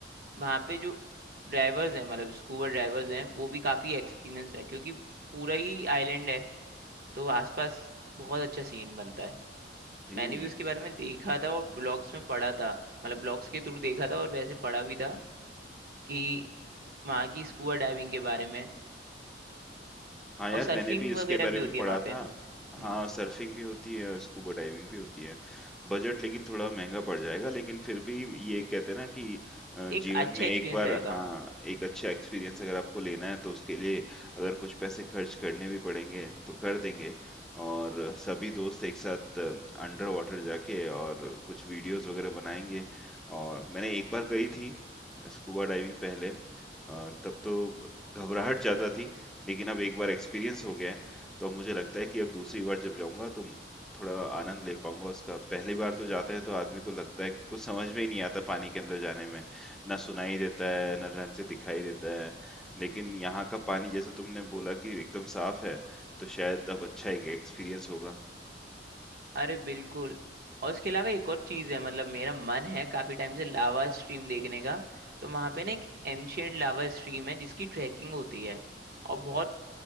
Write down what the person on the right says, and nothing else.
वहाँ पे जो ड्राइवर्स हैं मतलब स्कूबा ड्राइवर्स हैं वो भी काफ़ी एक्सपीरियंस्ड है क्योंकि पूरा ही आइलैंड है तो आसपास बहुत अच्छा सीन बनता है
मैंने भी उसके बारे में देखा था और ब्लॉग्स में पढ़ा था मतलब ब्लॉग्स के थ्रू देखा था और वैसे पढ़ा भी था कि वहाँ की स्कूबा डाइविंग के बारे में
और सर्फिंग
वगैरह
भी होती
है
वहाँ पे
हम्म,
एक अच्छा
एक्सपीरियंस
रहेगा
अरे बिल्कुल और उसके अलावा एक और चीज है मतलब मेरा मन है काफी टाइम से लावा स्ट्रीम देखने का तो वहां पे ना एक एंशियंट लावा स्ट्रीम है जिसकी ट्रैकिंग होती है और बहुत